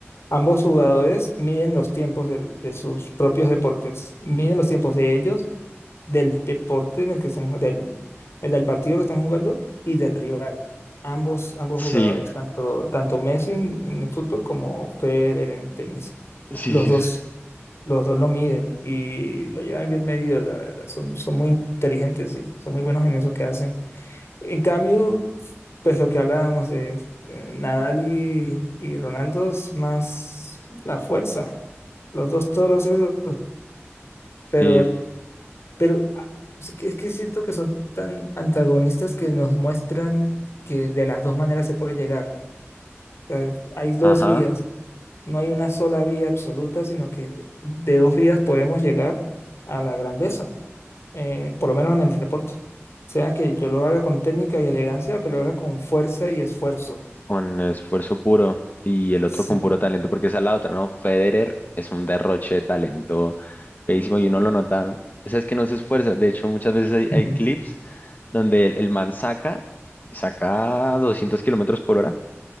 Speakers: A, on the left (about 65°); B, on the left (about 40°).
A: Ambos jugadores miden los tiempos del- de, sus propios deportes, miden los tiempos de ellos del deporte en el que están, del, el del partido que están jugando y del rival. Ambos, ambos
B: Sí,
A: jugadores, tanto, tanto Messi en, en el fútbol como Federer en el tenis.
B: sí,
A: Los
B: sí,
A: dos,
B: sí.
A: los dos lo miden y lo llevan bien medido, la verdad. Son, son muy inteligentes y son muy buenos en eso que hacen. En cambio, pues lo que hablábamos de eh, Nadal y, y Ronaldo es más la fuerza. Los dos toros esos,
B: Sí,
A: pero pero ah, es que es que siento que son tan antagonistas que nos muestran que de las dos maneras se puede llegar. O sea, hay dos
B: ajá,
A: vías, no hay una sola vía absoluta, sino que de dos vías podemos llegar a la grandeza, eh, por lo menos en el deporte. Sea que yo lo haga con técnica y elegancia o que lo haga con fuerza y esfuerzo.
B: con esfuerzo puro y el otro
A: Sí.
B: con puro talento, porque esa es la otra, ¿no? Federer es un derroche de talento feísimo y uno lo nota. O sea, es que no se esfuerza. De hecho, muchas veces hay,
A: <laughs>
B: hay clips donde el, el man saca, saca 200 kilómetros por hora